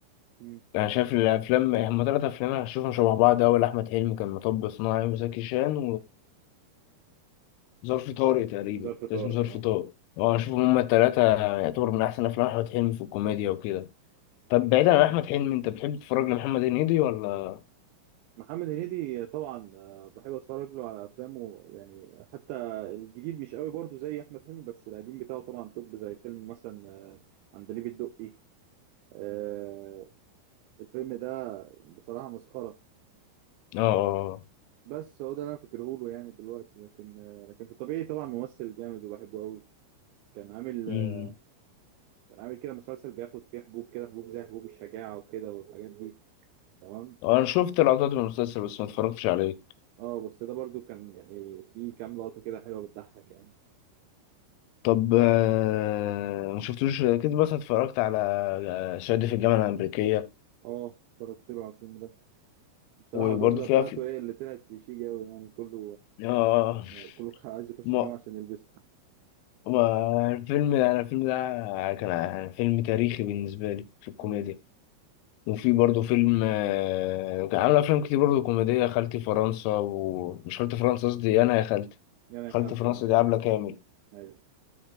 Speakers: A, on the right; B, on the left.
A: مم.
B: انا شايف الافلام هما تلات افلام انا هشوفهم شبه بعض اول احمد حلمي كان مطب صناعي وزكي شان وظرف طارق تقريبا
A: ظرف طارق
B: كان اسمه ظرف
A: اه
B: طارق اه اشوفهم هما التلاتة يعتبر من احسن افلام احمد حلمي في الكوميديا وكده طب بعيدا عن احمد حلمي انت بتحب تتفرج لمحمد هنيدي ولا
A: محمد هنيدي طبعا آه، بحب اتفرج له على افلامه يعني حتى الجديد مش قوي برضو زي احمد حلمي بس القديم بتاعه طبعا توب زي فيلم مثلا آه، عندليب الدقي آه، الفيلم ده بصراحه مسخره
B: اه اه آه.
A: بس هو ده اللي انا فاكره له يعني دلوقتي لكن آه، لكن في الطبيعي طبعا ممثل جامد وبحبه قوي كان عامل
B: مم.
A: آه، كان عامل كده مسلسل بياخد فيه حبوب كده حبوب زي حبوب الشجاعة وكده والحاجات دي تمام
B: انا شفت لقطات من المسلسل بس ما اتفرجتش عليه
A: اه بس ده برضو كان يعني في كام لقطة كده حلوة بتضحك يعني
B: طب آه، ما شفتوش كده بس اتفرجت على آه، شادي في الجامعة الأمريكية
A: اه اتفرجت له على الفيلم ده بصراحة
B: وبرضه
A: البدلة
B: فيها
A: بتاعته
B: في
A: هي اللي طلعت كليشيه قوي يعني كله
B: اه
A: آه، كله <laughs> كان عايز يخش
B: ما
A: الجامعة عشان يلبسها
B: ما الفيلم انا الفيلم ده كان فيلم تاريخي بالنسبة لي في الكوميديا
A: مم.
B: وفي برضه فيلم آه، كان عامل أفلام كتير برضه كوميدية خالتي فرنسا ومش خالتي فرنسا قصدي أنا يا خالتي
A: يعني يا
B: خالتي
A: خالتي
B: فرنسا
A: اه
B: دي عبلة كامل
A: ايوه